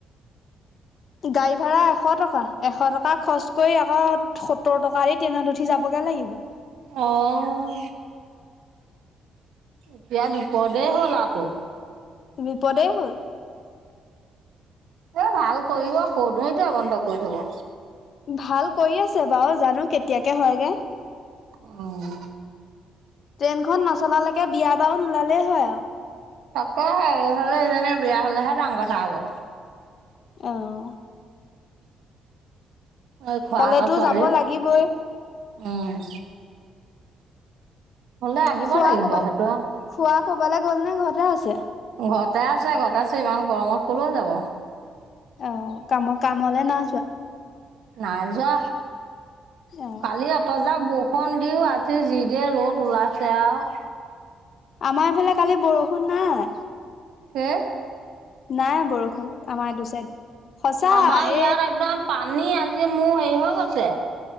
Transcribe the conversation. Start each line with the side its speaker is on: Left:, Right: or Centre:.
Left: গাড়ী ভাড়া এশ টকা এশ টকা খৰচ কৰি আকৌ সত্তৰ টকা দি ট্ৰেইনত উঠি যাবগ লগ লাগিব
Right: আহ এতিয়া বিপদেই হল আৰু তটো
Left: বিপদেই হ'ল
Right: এ ভাল কৰিব কনোৱ তো বন্ধ কৰি থব
Left: ভাল কৰি আছে বাৰু জানো কেতিয়াকে হয়গে
Right: আহ
Left: ট্ৰেইনখন নচলালৈকে বিয়া বাহ ওলালেই হয় আৰু
Right: আকৌ এই হলে এজনীৰ বিয়া হলেহে ডাঙৰ কথা হব
Left: আহ
Right: এই খোৱা
Left: হলেতো
Right: এটা ছোৱালী
Left: যাব লাগিবই
Right: উম হলে আহিব
Left: খোৱা
Right: লাগিব
Left: কবাল
Right: সেইটো ঘৰত
Left: খোৱা কবালৈ গ'ল নে ঘৰতে আছে
Right: ততে আছে ঘৰত আছে ইমান গৰমত ক'লেও যাব
Left: আহ কামৰ কাম হলে না যোৱা
Right: না যোৱা
Left: অ
Right: কালি অঁত যাও বৌ সন্দিও আজি যিদ ৰ'দ ওলাইছে আৰু
Left: আমাৰ এইফালে কালি বৰষুণ নাই
Right: হ
Left: নাই বৰষুণ আমাৰ এইটো চাইড সঁচা
Right: আমাৰ ইয়াত
Left: এই
Right: একদম পানী আজি মোৰ হেৰি হৈ গৈছে